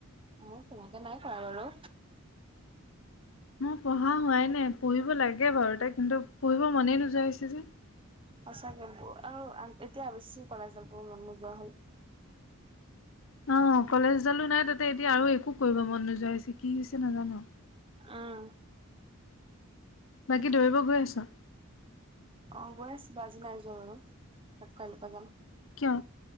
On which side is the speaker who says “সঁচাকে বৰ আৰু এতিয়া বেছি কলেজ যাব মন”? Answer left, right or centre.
Right